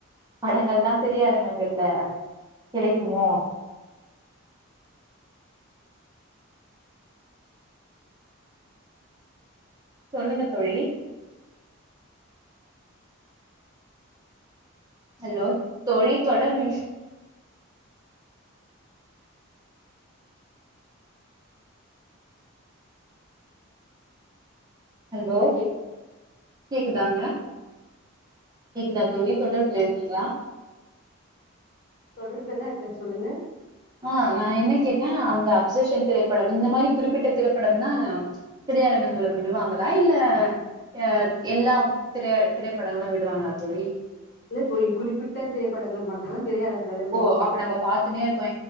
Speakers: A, on the right (about 20°); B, on the left (about 50°).
A: படங்கள் தா திரையரங்கங்கள்ல கிடைக்குமோ சொல்லுங்க தோழி ஹலோ தோழி தொடர்பு ஹலோ
B: தோழி கேக்
A: ஹலோ கேக்குதாங்க கேக்குதா தோழி தொடர்புல இருக்கீங்களா
B: தொடர்புலதா இருக்கே சொல்லுங்க
A: ஆ நா என்ன கேட்டே அந்த அப்சர்ஷன் திரைப்படம் இந்த மாரி குறிப்பிட்ட திரைப்படம்தா திரையரங்கள்ல விடுவாங்கலா இல்ல அ எல்லா திரைய திரைப்படங்களு விடுவாங்களா தோழி
B: இல்ல தோழி குறிப்பிட்ட திரைப்படங்கள் மட்டும்தா திரையரங்கள்ல விடுவாங்க
A: ஓ அப்ப நம்ம பாத்துன்னேருக் கோ